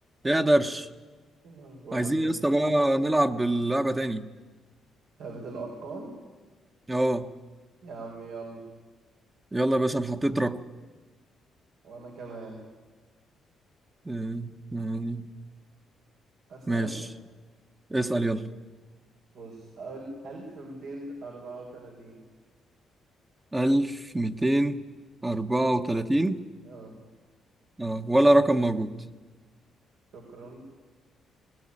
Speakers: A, on the right; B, on the right.
A: ايه يا درش
B: إيه الأخبار
A: عايزين
B: عامل
A: يا اسطى
B: إيه؟
A: بقى نلعب اللعبة تاني
B: ثابت الأرقام
A: اه
B: يا عم يلا
A: يلا يا باشا انا حطيت رقم
B: وأنا كمان
A: آه، يعني
B: أسأل
A: ماشي اسأل يلا
B: بص أول ألف ميتين أربعة وتلاتين
A: ألف ميتين أربعة وتلاتين
B: أه
A: اه ولا رقم موجود
B: شكرا